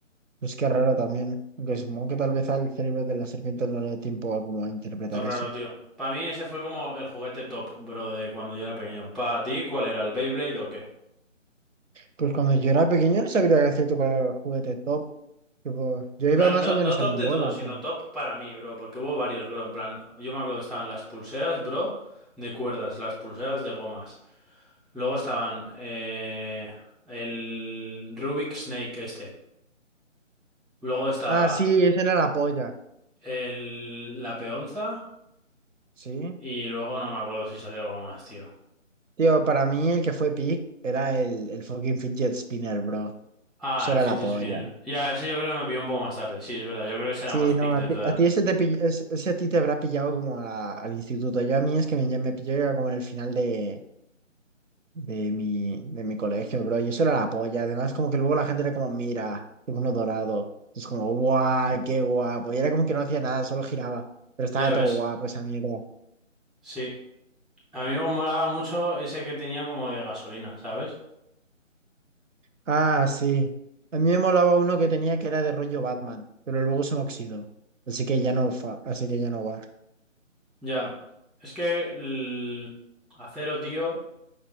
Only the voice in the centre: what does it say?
Todo raro,
tío. Para mí ese fue como el juguete top, bro, de cuando yo era pequeño. ¿Para ti cuál era? ¿El Beyblade o qué?
En
plan,
no,
no
top
de
todo, sino
top para mí, bro, porque hubo varios, bro. En plan, yo me acuerdo, que estaban las pulseras, bro, de cuerdas, las pulseras de gomas. Luego estaban eh, el Rubik Snake este. Luego estaba
el, la peonza
y luego no me acuerdo si salió algo más, tío.
Ah,
el
fidget
spinner. Ya, ese yo creo que me pilló un poco más tarde. Sí, es verdad, yo creo que ese era
más pick
de
tu edad.
Ya ves,
sí. A mí me molaba mucho ese que tenía como de gasolina, ¿sabes?
Ya, es que el acero, tío,